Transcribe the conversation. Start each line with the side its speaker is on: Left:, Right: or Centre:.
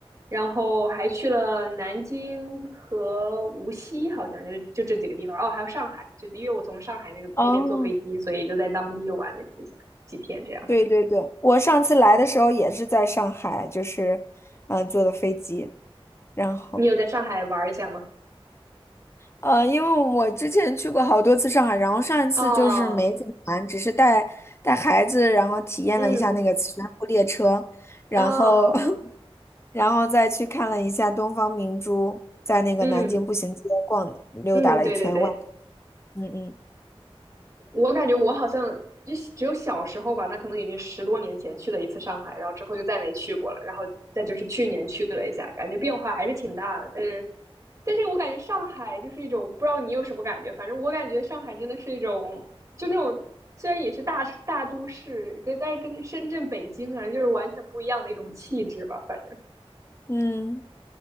Right: 然后还去了南京和无锡，好像就就这几个地方。哦，还有上海，就因为我从上海那个那边坐飞机，
Left: 哦，
Right: 所以就在当地又玩了几下几天这样。
Left: 对对对，我上次来的时候也是在上海，就是嗯、呃坐的飞机，然后
Right: 你有在上海玩一下吗？
Left: 呃，因为我之前去过好多次上海，然后上一次就是没怎么玩，
Right: 哦，
Left: 只是带带孩子，然后体验了一下那个磁悬浮列车，
Right: 嗯，
Left: 然后
Right: 哦，
Left: <laughs> 然后再去看了一下东方明珠，在那个南京步行街逛溜达了一圈外，
Right: 嗯嗯，对对对，
Left: 嗯嗯
Right: 我感觉我好像就只有小时候吧，那可能已经十多年前去了一次上海，然后之后就再没去过了。然后再就是去年去了一下，感觉变化还是挺大的，但是但是我感觉上海就是一种不知道你有什么感觉，反正我感觉上海真的是一种，就那种虽然也是大大都市，跟但是跟深圳、北京啊，就是完全不一样的一种气质吧。反正
Left: 嗯。